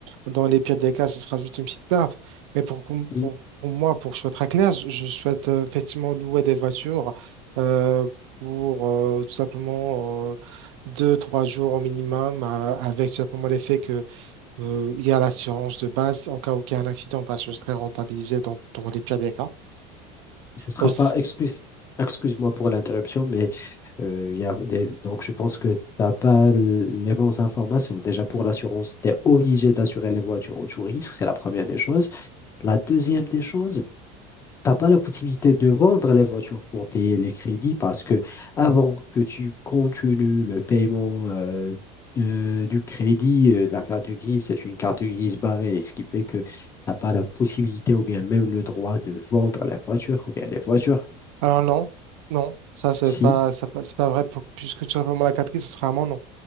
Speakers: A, on the right; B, on the left.
A: Dans les pires des cas, ce sera juste une petite perte. Mais pour, qu'on-
B: Mm.
A: pour, pour moi, pour que je sois très clair, je, je souhaite euh, effectivement louer des voitures euh, pour euh, tout simplement euh, deux, trois jours au minimum, euh, avec tout simplement l'effet que euh, il y a l'assurance de base en cas où il y a un accident, parce que je serai rentabilisé dans, dans les pires des cas.
B: Ce sera
A: Aussi.
B: pas excuse, excuse-moi pour l'interruption, mais euh, il y a des- donc je pense que tu n'as pas l- les bonnes informations. Déjà pour l'assurance, tu es obligé d'assurer les voitures au tout risque, c'est la première des choses. La deuxième des choses, t'as pas la possibilité de vendre les voitures pour payer les crédits parce que avant que tu continues le paiement euh, de- du crédit, euh, la carte grise, c'est une carte grise barrée, ce qui fait que t'as pas la possibilité ou bien même le droit de vendre la voiture ou bien les voitures.
A: Alors non, non, ça c'est
B: Si,
A: pas, ça pas- c'est pas vrai, pour- puisque tout simplement la catégorie, ce sera un nom, non.